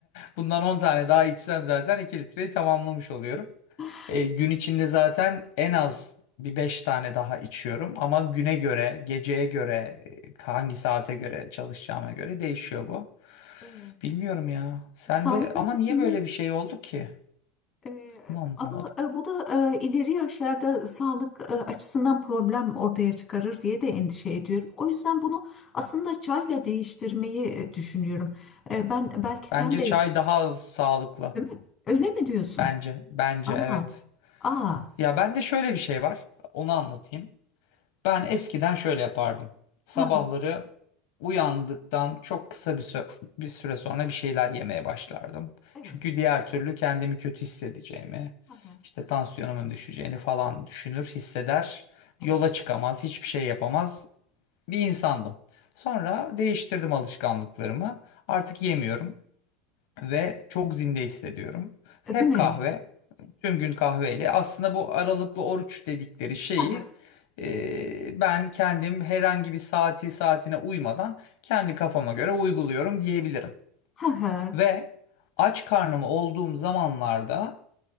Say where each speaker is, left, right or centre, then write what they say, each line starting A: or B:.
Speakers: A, on the left; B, on the left.
A: bundan 10 tane daha içsem zaten 2 litreyi tamamlamış oluyorum.
B: <laughs>
A: E, gün içinde zaten en az bir 5 tane daha içiyorum ama güne göre, geceye göre, e, hangi saate göre çalışacağıma göre değişiyor bu.
B: Evet.
A: Bilmiyorum ya. Sen
B: Sağlık
A: de
B: açısından
A: ama niye böyle bir şey oldu ki?
B: Ee,
A: Bunu anlamadım.
B: ama e, bu da e, ileri yaşlarda sağlık e, açısından problem ortaya çıkarır diye de endişe ediyorum. O yüzden bunu aslında çayla değiştirmeyi e, düşünüyorum. E, ben belki sen
A: Bence
B: de
A: çay daha az sağlıklı.
B: değil mi? Öyle mi diyorsun?
A: Bence, bence
B: Aa,
A: evet.
B: aa,
A: Ya bende şöyle bir şey var. Onu anlatayım. Ben eskiden şöyle yapardım. Sabahları
B: ha, ha,
A: uyandıktan çok kısa bir süre, bir süre sonra bir şeyler yemeye başlardım.
B: evet,
A: Çünkü diğer türlü kendimi kötü hissedeceğimi,
B: ha, ha,
A: işte tansiyonumun düşeceğini falan düşünür, hisseder.
B: evet,
A: Yola çıkamaz, hiçbir şey yapamaz bir insandım. Sonra değiştirdim alışkanlıklarımı. Artık yemiyorum ve çok zinde hissediyorum.
B: E,
A: Hep
B: değil mi?
A: kahve, tüm gün kahveyle. Aslında bu aralıklı oruç dedikleri şeyi
B: Ha, ha,
A: e, ben kendim herhangi bir saati saatine uymadan kendi kafama göre uyguluyorum diyebilirim.
B: ha, ha,
A: Ve aç karnım olduğum zamanlarda